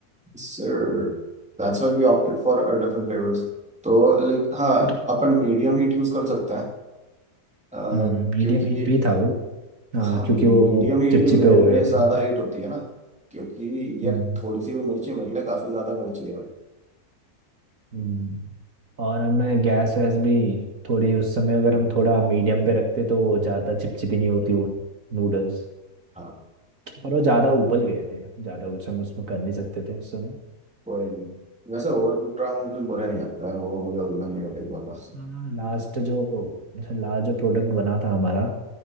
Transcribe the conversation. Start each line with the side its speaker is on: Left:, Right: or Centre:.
Centre: sir that's why we opted for different flavours तो लाइक हाँ
Right: पर
Centre: अपन मीडियम हीट यूज कर सकते हैं अ,
Right: मीडियम
Centre: क्योंकि
Right: हीट पे ही था वो हाँ
Centre: हाँ
Right: क्योंकि
Centre: मीडियम
Right: वो
Centre: हीट
Right: चिपचिपे
Centre: भी मेरे
Right: हो गए
Centre: लिए
Right: थे
Centre: ज्यादा
Right: ना फिर
Centre: हीट होती है ना क्योंकि
Right: हम्म,
Centre: ये थोड़ी सी भी मिर्ची मेरे लिए काफी ज्यादा मिर्ची है भाई
Right: हम्म। और हमें गैस वैस भी थोड़ी उस समय अगर हम थोड़ा मीडियम पे रखते तो वो ज़्यादा चिपचिपी नहीं होती वो नूडल्स
Centre: हाँ
Right: पर वो ज़्यादा उबल गए थे ज़्यादा कुछ हम उसमें कर नहीं सकते थे उस समय
Centre: कोई नहीं वैसे ओवर कुक ट्राई मुझे बुरा नहीं लगता है वो मुझे उल्टा नहीं लगा बहुत
Right: हाँ, लास्ट जो लास्ट जो प्रोडक्ट बना था हमारा